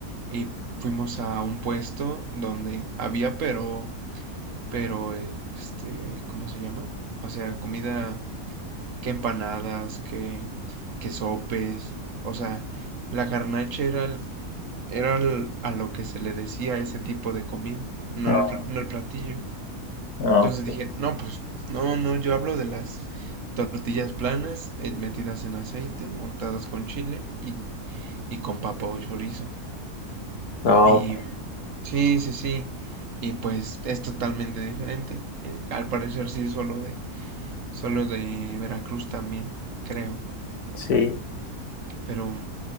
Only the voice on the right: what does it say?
Y fuimos a un puesto donde había, pero Pero, este, ¿cómo se llama? O sea, comida, que empanadas, que, que sopes. O sea, la garnacha era, el- era el- a lo que se le decía ese tipo de comida, no
el, pl- no el platillo.
Entonces
dije, no, pues, no, no, yo hablo de las tortillas planas, eh, metidas en aceite, untadas con chile y, y con papa o chorizo.
Y
sí, sí, sí. Y pues es totalmente diferente. Eh, al parecer sí es solo de, Solo de Veracruz también, creo.
Pero,